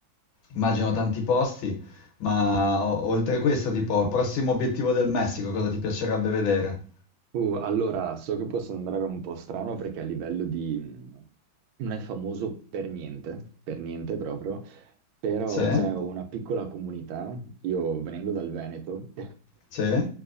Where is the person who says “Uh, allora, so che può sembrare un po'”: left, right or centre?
Right